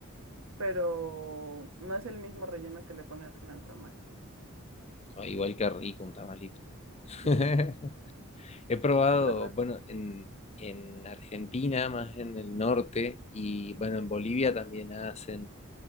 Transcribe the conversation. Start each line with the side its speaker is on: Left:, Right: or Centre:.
Right: pero no es el mismo relleno que le ponen al tamal.
Left: "Ay, igual que rico un tamalito. <laughs>
Right: Sí.
Left: He probado,
Right: Las las-
Left: bueno, en, en Argentina, más en el norte, y bueno, en Bolivia también hacen,